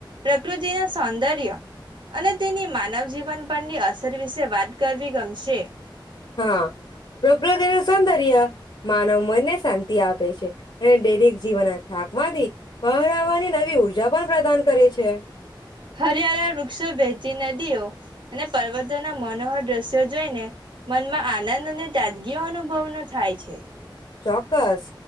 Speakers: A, on the right (about 70°); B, on the left (about 65°).
A: પ્રકૃતિના સૌંદર્ય અને તેની માનવ જીવન પરની અસર વિશે વાત કરવી ગમશે.
B: હા પ્રકૃતિ નું સૌંદર્ય માનવ મનને શાંતિ. આપે છે અને દૈનિક જીવના થાકમાંથી બાહર આવાની નવી ઉર્જા પણ પ્રદાન કરે છે.
A: હરિયાળા વૃક્ષો વહેતી નદીઓ અને પર્વતોના મનોહર દ્રશ્યો જોઈને મનમાં આનંદ અને તાજગી અનુભવનો થાય છે.
B: ચોક્કસ.